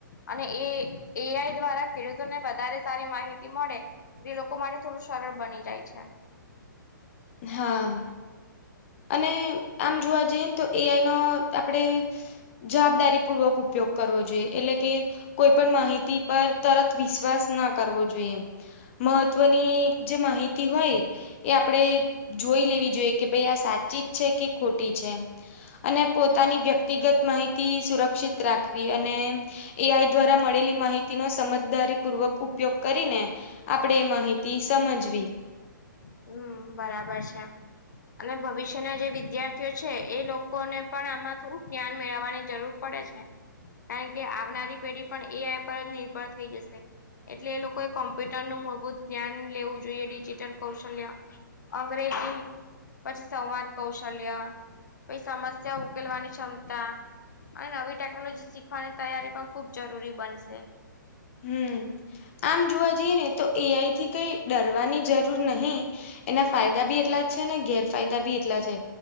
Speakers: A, on the left; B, on the left.
A: અને એ એઆઈ દ્વારા ખેડૂતોને વધારે સારી માહિતી મળે. જે લોકો માટે થોડું સરળ બની જાય છે.
B: હા. અને આમ જોવા જઈએ ને તો એઆઈ નો આપડે. જવાબદારી પૂર્વક ઉપયોગ કરવો જોઈએ એટલે કે કોઈ પણ માહિતી. પર તરત વિશ્વાસ ના કરવો જોઈએ મહત્વની જે માહિતી હોય. એ આપડે જોઈ લેવી જોઈએ કે. ભઈ આ સાચી જ છે કે ખોટી છે એમ અને પોતાની વ્યક્તિગત મા. માહિતી સુરક્ષિત રાખવી અને. એઆઈ દ્વારા મળેલી માહિતીનો સમજદારી પૂર્વક ઉપ. ઉપયોગ કરીને આપડે માહિતી સમજવી.
A: હું બરાબર છે અને ભવિષ્યના જે વિદ્યાર્થીઓ છે એ લોકોને. પણ આમાં થોડુંક જ્ઞાન મેળવવાની જરૂર પડે છે. કારણ કે આવનારી પેઢી પણ એઆઈ પર જ નિર્ભર થઈ જશે. એટલે એ લોકોએ કોમ્પ્યુટર નું મૂળભૂત જ્ઞાન લેવું જોઈએ ડિજિટલ. કૌશલ્ય અંગ્રેજી. પછી સંવાદ કૌશલ્ય પછી સમસ્યા ઉકેલવાની ક્ષમતા. અને નવી ટેકનોલોજી શીખવાની તૈયારી પણ ખુબ જરૂરી બનશે.
B: હમ. આમ જોવા જઈએ ને તો એઆઈ થી કઈ ડરવાની જરૂર નહી એના. ફાયદા બી એટલા જ છે ને ગેરફાયદા બી એટલા છે.